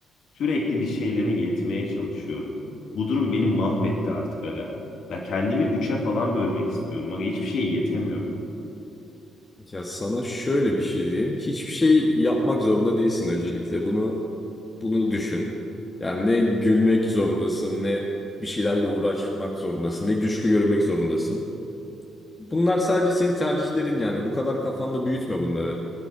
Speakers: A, on the left; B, on the left.
A: sürekli bir şeylere yetmeye çalışıyorum. Bu durum beni mahvetti artık aga. Ya kendimi üçe falan bölmek istiyorum aga. Hiçbir şey yetemiyorum.
B: Ya sana şöyle bir şey diyeyim. Hiçbir şey yapmak zorunda değilsin öncelikle. Bunu bunu düşün. Yani ne gülmek zorundasın, ne bir şeylerle uğraşmak zorundasın, ne güçlü görünmek zorundasın. Bunlar sadece senin tercihlerin yani. Bu kadar kafanda büyütme bunları.